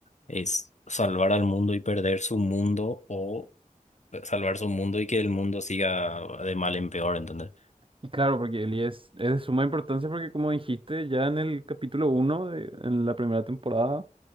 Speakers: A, on the left; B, on the right.
A: es salvar al mundo y perder su mundo o salvar su mundo y que el mundo siga de mal en peor, ¿entendés?
B: Y claro, porque Ellie es, es de suma importancia porque como dijiste ya en el capítulo uno de en la primera temporada,